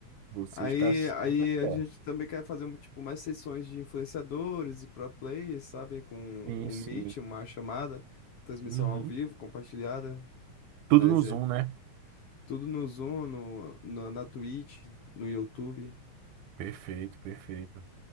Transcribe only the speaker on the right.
Você
está super
certo.
Sim,
sim.
Uhum.
Tudo
no Zoom,
né?
Perfeito, perfeito.